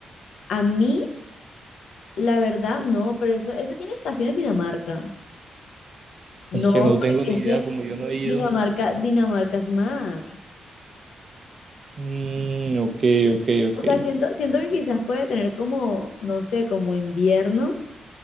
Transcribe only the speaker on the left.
a mí, la verdad, no, pero eso, ese tiene estaciones Dinamarca. No,
porque
es
que
Dinamarca, Dinamarca es mar.
O sea, siento, siento que quizás puede tener como, no sé, como invierno,